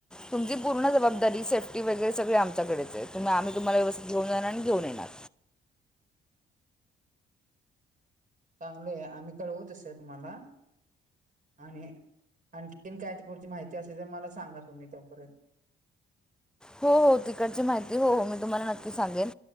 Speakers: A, in the centre; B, on the right.
A: तुमची पूर्ण जबाबदारी से्फटी वगैरे सगळे आमच्याकडेच आहे, आम्हीं तुम्हांला व्यवस्थित घेऊन जाणार आणि घेऊन येणार.
B: चांगलंय आम्हीं कळवू तस तुम्हांला. आणि आणखीन काय तिकडची माहिती असेल तर मला सांगा तुम्हीं तोपर्यंत.
A: हो, हो. तिकडची माहिती हो मी तुम्हांला नक्की सांगेन.